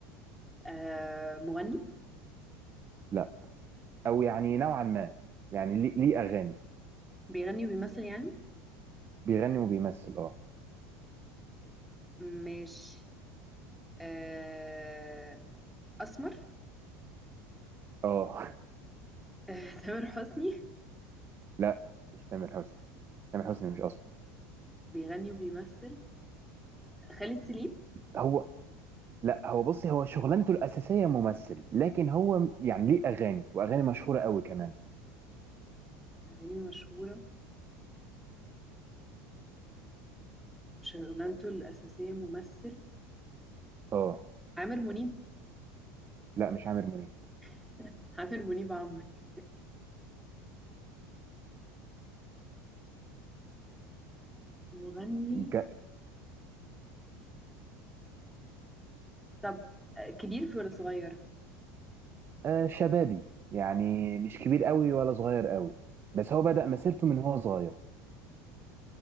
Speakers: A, in the centre; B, on the right (about 35°).
A: أه... مغني
B: لا او يعني نوعا ما يعني ليه ليه اغاني
A: بيغني وبيمثل يعني
B: بيغني وبيمثل اه
A: ماشي أه... اسمر
B: اه
A: أه... <laughs> تامر حسني
B: <laughs> لا مش تامر حسني تامر حسني مش اصلا
A: بيغني وبيمثل خالد سليم
B: هو لا هو بصي هو شغلانته الاساسيه ممثل لكن هو م- يعني ليه اغاني واغاني مشهوره قوي كمان
A: أغاني مشهورة شغلانته الأساسية ممثل
B: اه
A: عامر منيب
B: لا مش عامر منيب
A: <laughs> عامر منيب عمك مغني
B: ها
A: طب آه، كبير في ولا صغير
B: آه، شبابي يعني مش كبير قوي ولا صغير قوي بس هو بدأ مسيرته من هو صغير